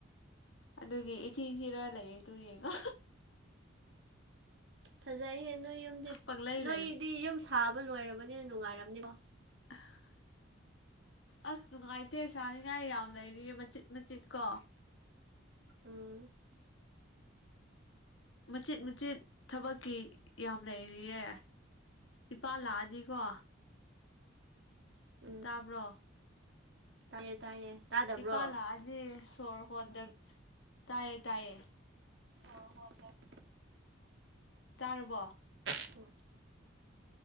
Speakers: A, on the left (about 70°); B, on the right (about 60°).
A: ꯑꯗꯨꯒꯤ ꯏꯊꯤ ꯊꯤꯔ ꯂꯩꯌꯦ ꯇꯨ ꯌꯦꯉꯣ
B: ꯐꯖꯩꯍꯦ ꯅꯣꯏ ꯌꯨꯝꯗꯤ
A: ꯄꯪꯂꯩ
B: ꯅꯣꯏꯗꯤ
A: ꯂꯩꯕ
B: ꯌꯨꯝ ꯁꯥꯕ ꯂꯣꯏꯔꯕꯅꯤꯅ ꯅꯨꯡꯉꯥꯏꯔꯝꯅꯤꯀꯣ
A: ꯍ <unintelligible> <inaudible> ꯑꯁ ꯅꯨꯡꯉꯥꯏꯇꯦ ꯁꯥꯅꯤꯡꯉꯥꯏ ꯌꯥꯝ ꯂꯩꯔꯤꯌꯦ ꯃꯆꯤꯠ ꯃꯆꯤꯠ ꯀꯣ
B: ꯎꯝ <unintelligible> <inaudible>
A: ꯃꯆꯤꯠ ꯃꯆꯤꯠ ꯊꯕꯛꯀꯤ ꯌꯥꯝ ꯂꯩꯔꯤꯌꯦ ꯏꯄꯥ ꯂꯥꯛꯑꯗꯤꯀꯣ
B: ꯎꯝ
A: ꯇꯥꯕ꯭ꯔꯣ
B: ꯇꯥꯏꯌꯦ ꯇꯥꯏꯌꯦ ꯇꯥꯗꯕ꯭ꯔꯣ
A: ꯏꯄꯥ ꯂꯥꯛꯑꯗꯤ ꯁꯣꯔ ꯍꯣꯟꯗ ꯇꯥꯏꯌꯦ ꯇꯥꯏꯌꯦ
B: ꯍꯣ ꯍꯣꯖꯠ <unintelligible> <inaudible>
A: ꯇꯥꯔꯕꯣ
B: ꯑꯣ <unintelligible> <inaudible>